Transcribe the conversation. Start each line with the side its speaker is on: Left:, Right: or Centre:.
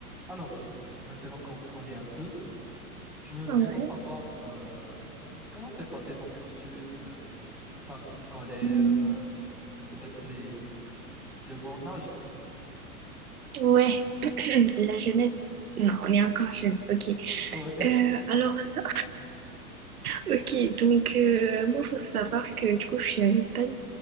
Centre: Alors, Hind, maintenant qu'on se connaît un peu, je veux vraiment
Right: Ah ouais.
Centre: savoir euh, comment s'est passé ton cursus, euh, ta vie scolaire,
Right: Hmm.
Centre: euh, peut-être les, le bon âge.
Right: Ouais, <clears throat> la jeunesse. Non, on est encore jeune. Ok.
Centre: Ouais.
Right: Euh, alors, là, ok. Donc, euh, moi, faut savoir que du coup, je suis en Espagne